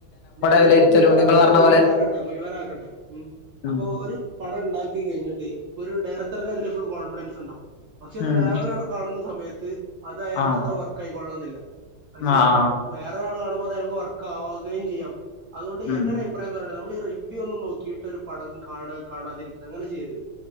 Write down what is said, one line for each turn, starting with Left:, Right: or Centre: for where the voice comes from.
Right: ഞാനത്മു
Left: വിലയിരുത്തലും
Right: മുഴുവനാക്കാട്ടെ
Left: നിങ്ങൾ പറഞ്ഞ
Right: മുഴുവനാക്കെട്ടെ
Left: പോലെ
Right: മുഴുവനാക്കട്ടെ ഉം
Left: ഉം
Right: അപ്പൊ ഒരുപടം ഇണ്ടാക്കികഴിഞ്ഞിട്ട് ഒരുഡയറക്ടർക്ക് അതില്ഫുൾ കോൺഫിഡൻസ്ഇണ്ടാവും. പക്ഷെ അത്
Left: ഉം
Right: വേറൊരാൾ കാണുന്ന സമയത്ത് അത്അയാൾക്ക്
Left: ആഹ്
Right: അത്ര വർക്കായിളണന്നില്ല. പക്ഷെ
Left: ആഹ്
Right: വേറൊരാൾകാണുമ്പോ അത് അയാൾക്ക് വർക്കാവുകയും ചെയ്യാം അതുകൊണ്ട്
Left: ഉം
Right: എന്റെരുഅയ് പ്രായംന്ന്പർഞ്ണ്ടെ നമ്മൾഈ റിവ്യൂയൊന്നും നോക്കിയിട്ടൊരു പടം കാണാ കാണാതിരിക്ക അങ്ങനെ ചെയ്യരുത്.